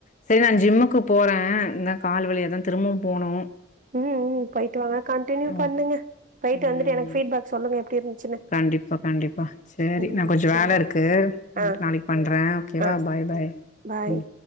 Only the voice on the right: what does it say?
ம் ம் போயிட்டு வாங்க கண்டினியூ பண்ணுங்க
போயிட்டு
வந்துட்டு எனக்கு ஃபீட்பேக் சொல்லுங்க எப்டி இருந்துச்சுன்னு
ம்
சேரி
ஆ
ஆ
பாய்